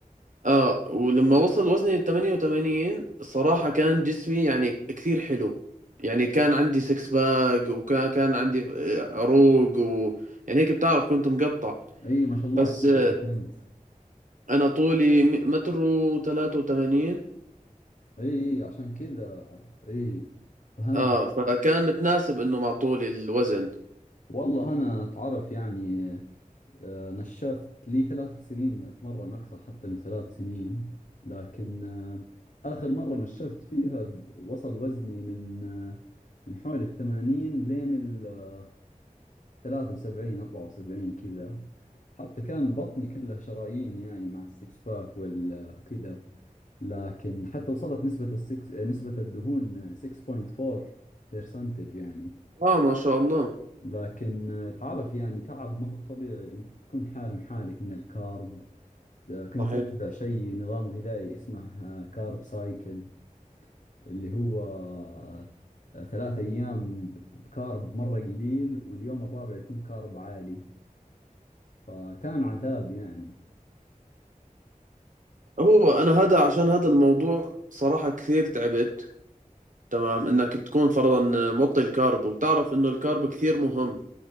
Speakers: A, on the right; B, on the left.
A: اه ولما وصل وزني 88 الصراحة كان جسمي يعني كثير حلو يعني كان عندي سكس باك وكان كان عندي آه، عروق و يعني هيك بتعرف كنت مقطع
B: إي ما شاء الله
A: بس
B: كم
A: آه،
B: طولك أنت
A: انا طولي م- متر وثلاثة وثمانين
B: إي إي عشان كذا إي فهمت
A: اه فكان متناسب انه مع طولي الوزن
B: والله أنا تعرف يعني آه، نشفت لي ثلاث سنين أتمرن أكثر حتى من ثلاث سنين لكن آه، آخر مرة نشفت فيها د- وصل وزني من آه، من حول الثمانين لين الثلاثة وسبعين أربعة وسبعين كذا حتى كان بطني كله شرايين يعني مع السكس باك والكذا لكن حتى وصلت نسبة السكس آه، نسبة الدهون آه، 6.4% يعني
A: اه ما شاء الله
B: لكن آه، تعرف يعني تعب ما هو بطبيعي انت تكون حارم حالك من الكارب آه، كنت
A: صحيح
B: اتبع شيء نظام غذائي اسمه آه، كارب سايكل اللي هو آه، آه، ثلاث ايام بكارب مرة قليل واليوم الرابع يكون كارب عالي فكان عذاب يعني
A: هو انا هذا عشان هذا الموضوع صراحة كثير تعبت تمام انك تكون فرضا موطي الكارب وبتعرف انه الكارب كثير مهم